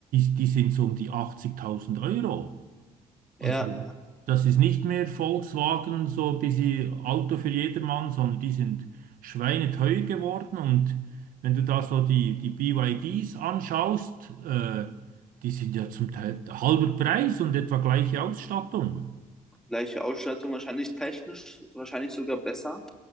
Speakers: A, on the right (about 75°); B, in the centre.
A: die sind so um die 80.000 Euro.
B: ja,
A: Also das ist nicht mehr Volkswagen, so ein bisschen Auto für jedermann, sondern die sind schweineteuer geworden. Und wenn du da so die, die BYDs anschaust, äh, die sind ja zum Teil halber Preis und etwa gleiche Ausstattung.
B: gleiche Ausstattung, wahrscheinlich technisch, wahrscheinlich sogar besser.